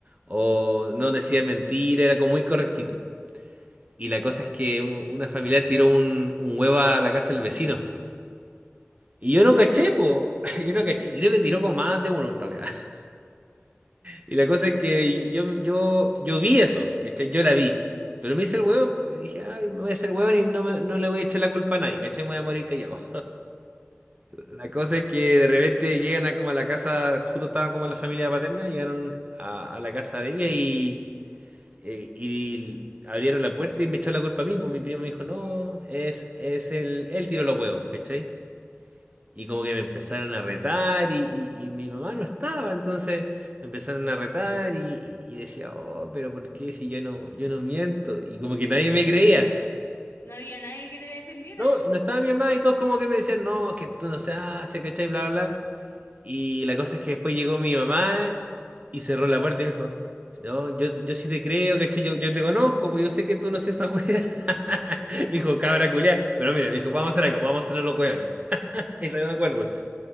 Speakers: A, on the right; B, on the left.
A: o no decía mentira, era como muy correctito. Y la cosa es que un- una familiar tiró un, un huevo a la casa del vecino. Y
B: Ya.
A: yo no caché, po. <laughs> Yo no caché. Y creo que tiró con más de uno en realidad. <laughs> Y la cosa es que yo, yo, yo, yo vi eso, ¿cachai? Yo la vi. Pero me hice el hueón, pues, y dije, ay, me voy a hacer hueón y no, me- no le voy a echar la culpa a nadie, ¿cachai? Me voy a morir callado. La cosa es que de repente llegan a como a la casa, justo estaba como en la familia paterna, llegaron a, a la casa de ella y, eh, y abrieron la puerta y me echó la culpa a mí, pues mi primo me dijo, no, es, es el, él tiró los huevos, ¿cachai? Y como que me empezaron a retar y, y- y mi mamá no estaba, entonces me empezaron a retar y, y yo decía, oh, pero ¿por qué si yo no, yo no miento? Y como que nadie me creía.
B: No había nadie que te defendiera.
A: No, y no estaba mi mamá y todos como que me decían, no, que tú no se hace, ¿cachai? Bla, bla, bla. Y la cosa es que después llegó mi mamá y cerró la puerta y me dijo, no, yo, yo sí te creo, ¿cachai? Yo, yo te conozco, pues yo sé que tú no hacías esa wea. <laughs> Me dijo, cabra culiá. Pero mira, me dijo, vamos a hacer algo, vamos a hacer los weones. <laughs> Y todavía me acuerdo.